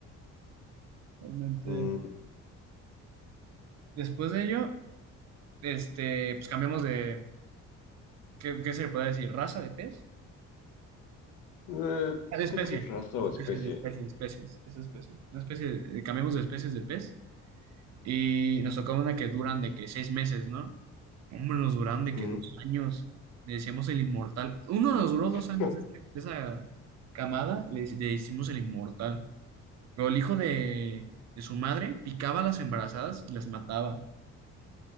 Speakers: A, on the right; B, on the left.
A: Realmente.
B: mm,
A: Después de ello, este, pues cambiamos de, ¿qué, qué se le puede decir? ¿Raza de pez?
B: eh,
A: Ah, De
B: creo
A: especie,
B: que sí es raza
A: especie,
B: o especie.
A: de especie, de especies, esa especie. Una especie, de- cambiamos de especies de pez y nos tocó una que duran de que seis meses, ¿no? Hombre, nos duraron de
B: Mm,
A: que dos años. Le decíamos el inmortal. Uno nos duró dos
B: <laughs>
A: años de, este- de esa camada, le, hic- le hicimos el inmortal. Pero el hijo de, de su madre picaba a las embarazadas y las mataba.